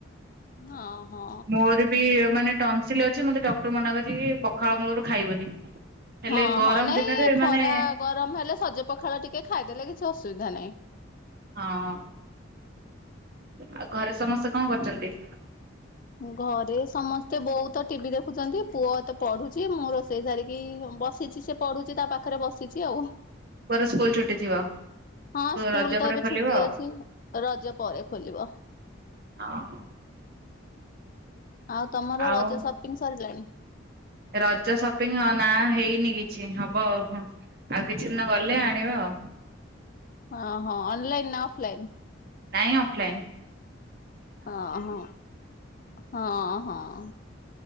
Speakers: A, on the left; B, on the right.
A: ହଁ ହଁ।
B: ମୋର ବି ମାନେ ଟନ୍ସିଲ ଅଛି ମତେ ଡକ୍ଟର ମନା କରିଛି କି ପଖାଳ ମୂଳରୁ ଖାଇବନି। ହେଲେ
A: ହଁ
B: ଗରମ
A: ହଁ ନାଇଁ
B: ଦିନରେ
A: ଖରା
B: ମାନେ
A: ଗରମ ହେଲେ ସଜ ପଖାଳ ଟିକେ ଖାଇଦେଲେ କିଛି ଅସୁବିଧା ନାହିଁ।
B: ହଁ। ଆଉ ଘରେ ସମସ୍ତେ କଣ କରୁଛନ୍ତି।
A: ଘରେ ସମସ୍ତେ ବହୁତ ଟି ଭି ଦେଖୁଛନ୍ତି ପୁଅ ତ ପଢୁଛି ମୁଁ ରୋ ଷେଇ ସାରିକି ବସିଛି ସେ ପଢୁଛି ତା ପାଖରେ ବସିଛି ଆଉ।
B: ପର ସ୍କୁଲ ଛୁଟି ଥିବ।
A: ହଁ ସ୍କୁଲ
B: ରଜ
A: ତ
B: ପରେ
A: ଏବେ
B: ଖୋଲିବ
A: ଛୁଟି ଅଛି ରଜ ପରେ ଖୋଲିବ।
B: ଓହୋ।
A: ଆଉ ତମର
B: ଆଉ
A: ରଜ ସପିଙ୍ଗ୍ ସରିଲାଣି?
B: ରଜ ସପିଙ୍ଗ ହ ନା ହେଇନି କିଛି ହବ ଆଉ ହଁ। ଆଉ କିଛି ଦିନ ଗଲେ ଆଣିବା ଆଉ।
A: ହଁ ହଁ ଅନଲାଇନ୍ ନା ଅଫ୍‌ଲାଇନ୍?
B: ନାଇଁ ଅଫଲାଇନ୍।
A: ହଁ ହଁ ହଁ ହଁ।